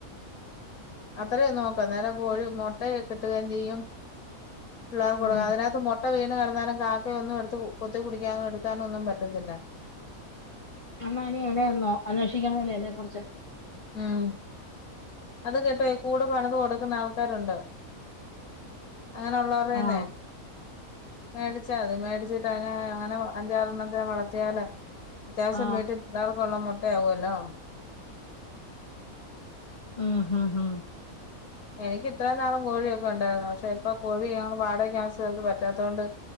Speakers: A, on the left; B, on the left.
A: അത്രയും ഒന്ന് നോക്ക് നേരെ കോഴി മുട്ട <unintelligible> ചെയ്യും പിള്ളേർ കൊടുക്ക്
B: ഉം
A: അതിനകത്ത് മു ഇട്ട് വീണ് കടന്നാലും കാക്കയൊന്നും എടുത്ത് കൊത്തി കുടിക്കാനും എടുക്കാനും ഒന്നും പറ്റത്തില്ല.
B: എന്നാ ഇനി ഇനെന്നോ അന്വേഷിക്കണമല്ലേ ഇതേ കുറിച്ച്?
A: ഉം അത് കേട്ടോ ഈ കൂട് പണിത് കൊടുക്കുന്ന ആൾക്കാരുണ്ട്. അങ്ങനെ ഉള്ളവറേന്നെ
B: ആ
A: മേടിച്ചാ മതി മേടിച്ചിട്ട് അതിനെ അങ്ങനെ അഞ്ചാറെണ്ണത്തെ വളർത്തിയാല അത്യാവശ്യം
B: ആ
A: വീട്ടിൽ പിള്ളേർക്കുള്ള മുട്ടആകുല്ലോ.
B: ഉം ഉം ഉം
A: എനിക്ക് ഇത്രയും നാളും കോഴിയൊക്കെ ഉണ്ടായിരുന്ന് പക്ഷെ ഇപ്പൊ കോഴി ഞങ്ങള് വാടകക്ക് താമസിച്ച സ്ഥലത്ത് പറ്റാത്തോണ്ട്